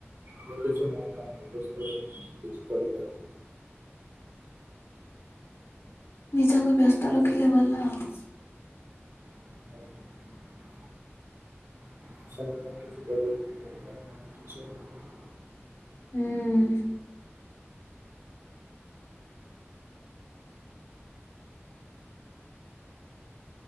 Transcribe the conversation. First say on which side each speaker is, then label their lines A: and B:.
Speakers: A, on the right (about 75°); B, on the left (about 70°).
A: ମୁଁ କିଛି ମୋ କାମରେ ବ୍ୟସ୍ତ ରହିିବି କିଛି କରିପାରିବି।
B: ନିଜକୁ ବ୍ୟସ୍ତ ରଖିଲେ ଭଲ ଆଉ।
A: <inaudible> <unintelligible> କିଛି କରିବାକୁ ପଡିବ ନହେଲେ କିଛି ହବନି।
B: ହୁଁ।